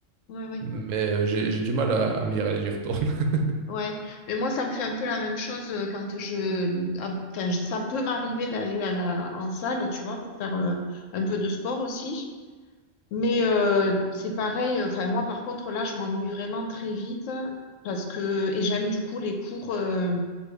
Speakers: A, on the left; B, on the right.
A: ouais ouais
B: Mais euh, j'ai j'ai du mal à, à me dire, allez, j'y retourne. <laughs>
A: ouais mais moi ça me fait un peu la même chose euh, quand je ah, enfin ça peut m'arriver d'aller à la en salle tu vois pour faire euh, un peu de sport aussi Mais euh, c'est pareil, enfin moi par contre là je m'ennuie vraiment très vite parce que et j'aime du coup les cours euh,